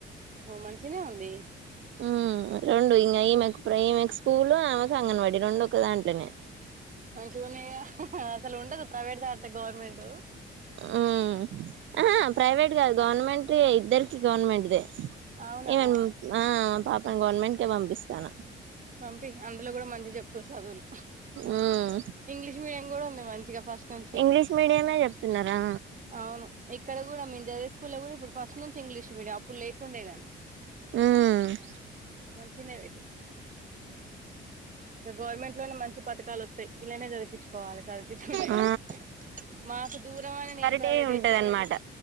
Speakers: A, on the right (about 40°); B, on the right (about 70°).
A: మంచిగనే ఉంది
B: హమ్ రెండు ఇంకా ఈమెకు ఇప్పు ఈమెకు స్కూలు ఆమెకు అంగన్వాడీ రెండు ఒక దాంట్లోనే
A: మంచిగున్నయ గా అసలు ఉండద ప్రైవేట్ దాట్లే గవర్నమెంట్
B: హ్మ్ ఆహా ప్రైవేట్ కాదు గవర్నమెంటే ఇద్దరికి గవర్నమెంట్టే
A: అవునా
B: ఇవన్ ఆ పాపం గవర్నమెంట్ కే పంపిస్తాన
A: పంపియి అందులో కూడా మంచిగా చెప్తురు చదువులు
B: ఉమ్
A: ఇంగ్లీష్ మీడియం కూడా ఉంది మంచి ఇగ ఫస్ట్ నుంచి
B: ఇంగ్లీష్ మీడియమే చెప్తున్నారా
A: అవును ఇక్కడ కూడం మేమ్ చదివే స్కూల్లో కూడా ఇప్పుడు ఫస్ట్ నుంచి ఇంగ్లీష్ మీడియం అప్పుడు లేకుండేగా
B: ఊవ్
A: మంచిగనే చదివించిర్రు ఇంకా గవర్నమెంట్ లోనే మంచి పథకాలు వస్తాయి ఇలానే చదిపించుకోవాలి చదిపించుకుంటే
B: ఆ
A: కాని మాకు దూరం అని నేను ప్రైవేట్
B: టే ఉంటదనమాట
A: వేసినా గాని